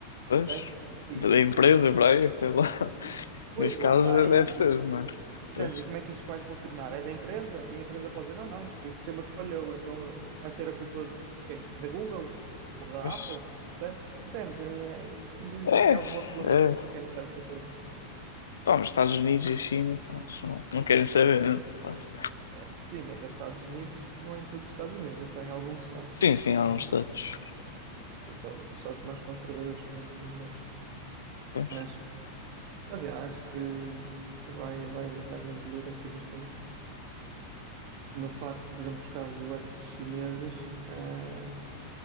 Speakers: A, on the left; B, on the right.
A: pois.
B: Percebes? E,
A: Da empresa
B: e-
A: para aí, sei lá. <laughs>
B: pois,
A: Neste
B: lá
A: caso,
B: está.
A: deve
B: E,
A: ser, não é?
B: Entendes?
A: Pois,
B: E como é que isto vai funcionar? É da empresa? E a empresa pode dizer, não, não, isto foi o sistema que falhou, então vai ser a culpa de quem? Da Google? Ou da
A: pois.
B: Apple? Percebes? Entendes? É, é, Ainda existe
A: É,
B: aqui alguma regulamentação
A: é.
B: que é necessário ser feita.
A: Pá, mas Estados Unidos e China, pronto, não, não querem saber, né? Quase.
B: É, sim, mas é Estados Unidos, não é em todos os Estados Unidos, é só em alguns estados.
A: Sim, sim, há
B: Não,
A: uns status.
B: alguns estados, para já os outros estados mais conservadores que não, que não deixam.
A: Pois.
B: Mas, mas é, acho que, que vai, vai, vai evoluir aqui bastante. No facto, por exemplo, dos carros elétricos chineses, ah,